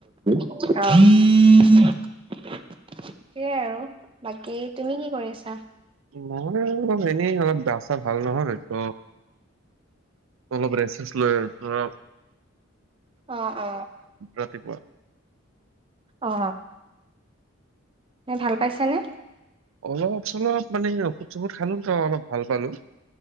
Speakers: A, on the right (about 25°); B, on the right (about 75°).
A: অ। সেয়াই আৰু বাকী তুমি কি কৰি আছা।
B: মই অলপ এনেই অলপ গা-চা ভাল নহয় ত অলপ ৰেষ্ট-চেষ্ট লৈ আছোঁ।
A: অ অ।
B: ৰাতিপুৱা
A: অ এই ভাল পাইছানে।
B: অলপ চলপ মানে ঔষধ-চৌষধ খালো ত অলপ ভাল পালোঁ।